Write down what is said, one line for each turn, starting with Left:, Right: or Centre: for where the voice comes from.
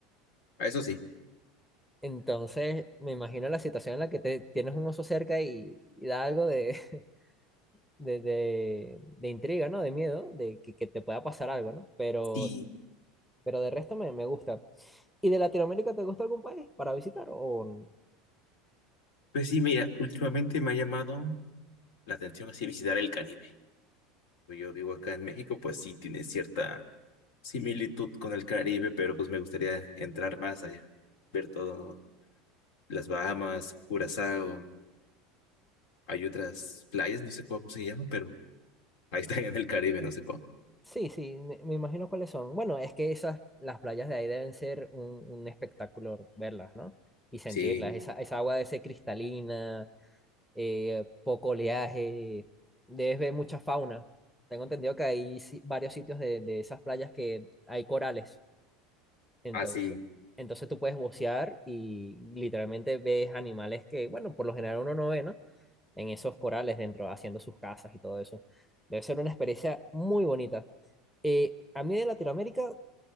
Left: a eso sí.
Centre: Entonces, me imagino la situación en la que te, tienes un oso cerca y, y da algo de, <laughs> de, de- de intriga, ¿no? De miedo, de que, que te pueda pasar algo, ¿no? Pero,
Left: Sí,
Centre: pero de resto me, me gusta. ¿Y de Latinoamérica te gusta algún país para visitar o...?
Left: pues sí, mira, últimamente me ha llamado la atención así visitar el Caribe. Pues Yo vivo acá en México, pues sí, tiene cierta similitud con el Caribe, pero pues me gustaría entrar más allá, ver todo, las Bahamas, Curazao, hay otras playas, no sé cómo se llaman, pero ahí están en el Caribe, no sé cómo.
Centre: Sí, sí, me, me imagino cuáles son. Bueno, es que esas, las playas de ahí deben ser un, un espectáculo verlas, ¿no? Y sentirlas.
Left: Sí,
Centre: Esa, esa agua debe ser cristalina, eh, poco oleaje, debes ver mucha fauna. Tengo entendido que hay si- varios sitios de, de esas playas que hay corales. Entonces,
Left: así.
Centre: entonces tú puedes bucear y literalmente ves animales que, bueno, por lo general uno no ve, ¿no? en esos corales dentro, haciendo sus casas y todo eso. Debe ser una experiencia muy bonita. Eh, a mí de Latinoamérica,